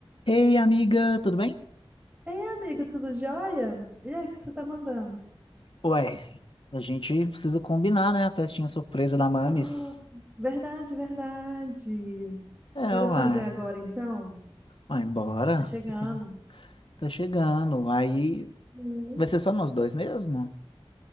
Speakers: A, on the left (about 60°); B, on the right (about 15°).
A: Ei, amiga, tudo bem?
B: Ei, amigo, tudo jóia? E aí, o que você tá mandando?
A: Ué, a gente precisa combinar, né? A festinha surpresa da Mamis.
B: Ah, verdade, verdade.
A: É,
B: Bora
A: uai.
B: fazer agora, então?
A: Uai, bora.
B: Tá chegando.
A: Tá pe- tá chegando. Aí
B: Hum.
A: vai ser só nós dois mesmo? O